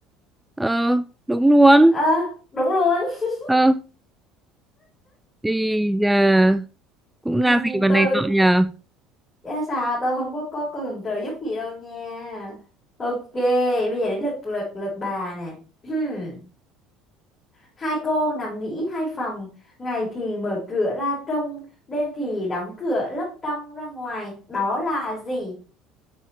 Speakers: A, in the centre; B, on the left.
A: Ờ, đúng luôn.
B: Ờ, đúng luôn. <laughs>
A: Ờ, thì à, cũng
B: Ừm,
A: ra gì mà
B: Tôi
A: này nọ nhờ.
B: Dạ sao tôi không có có có cần trợ giúp gì đâu nha. Ok, bây giờ đến lượt lượt lượt bà nè. <clears throat> Hai cô nằm nghỉ hai phòng, ngày thì mở cửa ra trông, đêm thì đóng cửa lấp trong ra ngoài. Đó là gì?